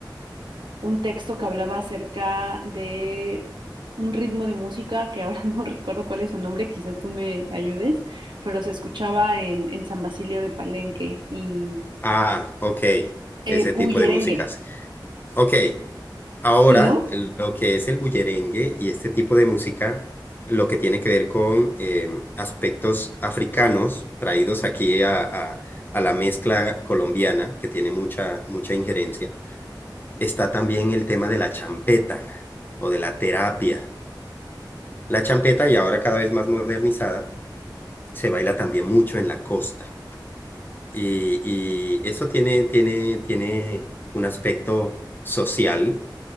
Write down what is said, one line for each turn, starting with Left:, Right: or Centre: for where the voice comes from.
Right: un texto que hablaba acerca de un ritmo de música que ahora <laughs> no recuerdo cuál es su nombre, quizás tú me ayudes, pero se escuchaba en, en San Basilio de Palenque y
Left: Ah, ok.
Right: eh,
Left: Ese
Right: bullerengue,
Left: tipo de músicas. Ok, Ahora,
Right: sí, ¿no?
Left: lo que es el bullerengue y este tipo de música, lo que tiene que ver con eh, aspectos africanos traídos aquí a, a- a la mezcla colombiana, que tiene mucha, mucha injerencia, está también el tema de la champeta o de la terapia. La champeta, y ahora cada vez más modernizada, se baila también mucho en la costa. Y, y eso tiene, tiene, tiene un aspecto social